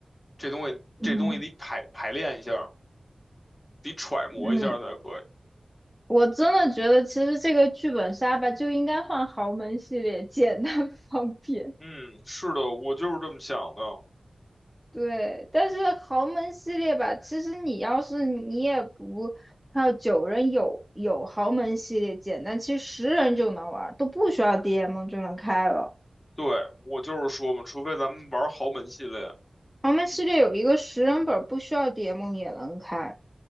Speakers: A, on the left (about 30°); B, in the centre.
A: 这东西这东西得排排练一下，
B: 嗯，
A: 得揣摩一下才可以。
B: 嗯，我真的觉得其实这个剧本杀吧就应该换豪门系列，简单 <laughs> 方便。
A: 嗯，是的，我就是这么想的。
B: 对，但是豪门系列吧，其实你要是你也不，还有九人有有豪门系列简单，其实十人就能玩儿，都不需要 DM 就能开了。
A: 对，我就是说嘛，除非咱们玩豪门系列。
B: 豪门系列有一个十人本儿，不需要 DM 也能开。